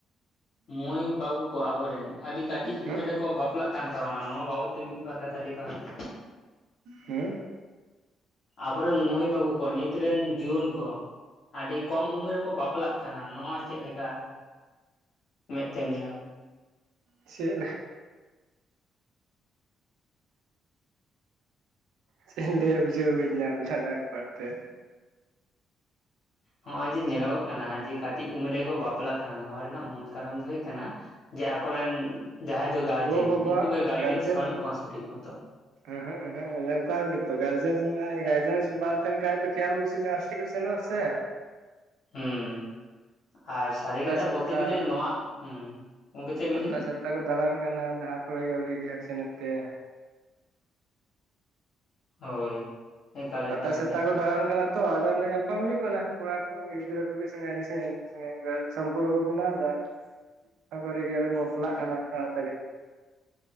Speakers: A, on the left; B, on the right.
A: ᱢᱳᱭ ᱵᱟᱹᱵᱩ ᱠᱚ ᱟᱵᱚᱨᱮᱱ ᱟᱹᱰᱤ ᱠᱟᱹᱴᱤᱡ
B: ᱦᱮᱸ
A: ᱩᱢᱮᱨ ᱨᱮᱠᱚ ᱵᱟᱯᱞᱟᱜ ᱠᱟᱱ ᱛᱟᱵᱚᱱᱟ ᱱᱚᱣᱟ ᱵᱟᱵᱚᱛ ᱛᱮ ᱢᱤᱫ ᱵᱟᱨ ᱠᱟᱛᱷᱟ ᱞᱮ ᱛᱟᱵᱚᱱ ᱵᱤᱱ᱾
B: ᱦᱩᱸ?
A: ᱟᱵᱚᱨᱮᱱ ᱢᱟᱹᱭ ᱵᱟᱹᱵᱩ ᱠᱚ ᱱᱤᱛ ᱨᱮᱱ ᱡᱩᱣᱟᱹᱱ ᱠᱚ ᱟᱹᱰᱤ ᱠᱚᱢ ᱩᱢᱮᱨ ᱠᱚ ᱵᱟᱯᱞᱟᱜ ᱠᱟᱱᱟ ᱱᱚᱣᱟ ᱪᱮᱫ ᱞᱮᱠᱟ ᱢᱮᱫ ᱛᱮᱢ ᱧᱮᱞᱟ?
B: ᱪᱮᱫ? ᱪᱮᱜ ᱤᱧ ᱞᱟᱹᱭᱟ ᱵᱩᱡᱷᱟᱹᱣ ᱵᱟᱹᱧ ᱧᱟᱢ ᱫᱟ ᱚᱱᱟ <inaudible> ᱛᱮ᱾
A: ᱦᱚᱸᱜ-ᱚᱭ ᱡᱮ ᱧᱮᱞᱚᱜᱚᱜ ᱠᱟᱱᱟ ᱡᱮ ᱠᱟᱹᱴᱤᱡ ᱩᱢᱞᱮ ᱠᱚ ᱵᱟᱯᱞᱟᱜ ᱠᱟᱱᱟ, ᱱᱚᱣᱟ ᱨᱮᱱᱟᱜ ᱢᱩᱞ ᱠᱟᱨᱚᱱ ᱫᱚ ᱦᱩᱭ ᱠᱟᱱᱟ ᱡᱮ ᱟᱠᱚᱨᱮᱱ ᱡᱟᱦᱟᱸᱭ ᱫᱚ ᱜᱟᱨᱡᱮᱱ
B: ᱜᱚ ᱵᱟᱵᱟᱣᱟᱜ
A: ᱩᱱᱠᱩ ᱜᱮ ᱜᱟᱭᱰᱮᱱᱥ
B: ᱜᱟᱨᱡᱮᱱ
A: ᱵᱟᱹᱱᱩᱜ ᱠᱚᱣᱟ ᱥᱚᱴᱷᱤᱠ ᱢᱚᱛᱚ᱾
B: ᱮᱸ-ᱦᱮᱸᱜ ᱮᱸ-ᱦᱮᱸᱜ <inaudible> ᱜᱮᱛᱚ ᱜᱟᱨᱡᱮᱱ ᱱᱟ ᱜᱟᱨᱡᱮᱱ ᱡᱩᱫᱤ ᱵᱟᱝ ᱛᱟᱦᱮᱱ ᱠᱷᱟᱡ ᱫᱚ <inaudible> <inaudible> ᱥᱮᱱᱚᱜ-ᱟ ᱥᱮ᱾
A: ᱦᱩᱸ ᱟᱨ ᱥᱟᱹᱨᱤ
B: ᱯᱟᱛᱟ
A: ᱠᱟᱛᱷᱟ
B: ᱪᱷᱟᱛᱟ
A: ᱵᱚᱞᱛᱮ ᱜᱮᱞᱮ ᱱᱚᱣᱟ, ᱦᱩᱸ᱾ ᱜᱚᱝᱠᱮ ᱪᱮᱫ ᱵᱤᱱ
B: ᱯᱟᱛᱟ
A: ᱞᱟᱹᱭᱫᱟ
B: ᱪᱷᱟᱛᱟ ᱠᱚ ᱫᱟᱬᱟᱱ ᱠᱟᱱᱟ ᱡᱟᱦᱟᱸ ᱠᱚᱨᱮ ᱜᱮ ᱟᱹᱣᱲᱤ ᱜᱤ ᱦᱟᱱᱛᱮ ᱱᱟᱛᱮ᱾
A: ᱦᱳᱭ᱾ ᱮᱠᱟᱞ
B: ᱯᱟᱛᱟ
A: ᱮᱠᱟᱞ
B: ᱪᱷᱟᱛᱟ
A: ᱮᱠᱟᱞ
B: ᱠᱚ ᱫᱟᱬᱟᱱ ᱠᱟᱱᱟ ᱛᱚ ᱟᱫᱚ ᱚᱸᱰᱮ ᱧᱟᱯᱟᱢ ᱦᱩᱭᱩᱜ ᱠᱟᱱᱟ ᱠᱚᱲᱟ ᱠᱚ᱾ ᱜᱤᱫᱨᱟᱹ ᱠᱚ ᱢᱤᱫ ᱥᱚᱸᱜᱮ ᱦᱟᱱᱤ ᱥᱚᱸᱜᱮ ᱱᱩᱭ ᱥᱚᱸᱜᱮ, <inaudible> ᱥᱚᱢᱯᱚᱨᱠᱚ ᱵᱮᱱᱟᱣ ᱫᱟ᱾ ᱛᱟᱨᱯᱚᱨᱮ ᱜᱮ ᱟᱫᱚ ᱠᱚ ᱵᱟᱯᱞᱟᱜ ᱠᱟᱱᱟ ᱛᱟᱲᱟᱛᱟᱲᱤ᱾